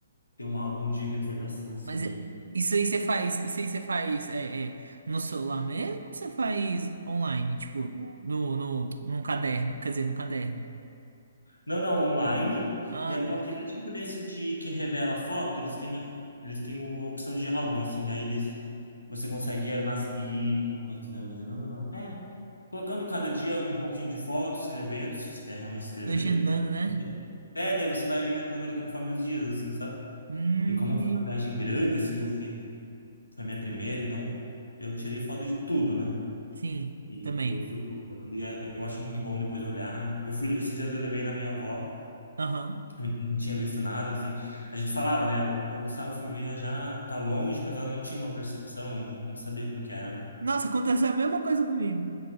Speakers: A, on the left; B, on the right.
A: ter um álbum de recordação assim.
B: Mas
A: e-
B: é- isso aí você faz, isso aí você faz é, é, no celular mesmo ou você faz online? Tipo, no, no, num caderno, quer dizer, num caderno.
A: Não, não, online
B: Ah,
A: e é num
B: tá.
A: aplicativo nesse de que revela foto, eles têm eles têm a opção de álbum assim, aí eles você consegue armazenar e como que eu posso dizer, armazenando ou não? É, colocando cada dia um pouquinho de foto, escrevendo, se você quer realmente escrever.
B: Legendando, né?
A: É, daí você vai alimentando ele conforme os dias, assim, sabe?
B: Hum,
A: E como
B: entendi.
A: foi uma viagem grande, assim, que eu fiz, foi a minha primeira, então eu tirei foto de tudo, né?
B: Sim,
A: E,
B: também.
A: e eu fui colocando, e é, eu acho muito bom depois olhar. Eu fui, esses dias eu levei na minha avó,
B: Aham.
A: eu não tinha visto nada, assim. A gente falava, né? O o Gustavo foi viajar, tá longe, mas ela não tinha uma percepção, não, não sabia como que era, né?
B: Nossa, aconteceu a mesma coisa comigo.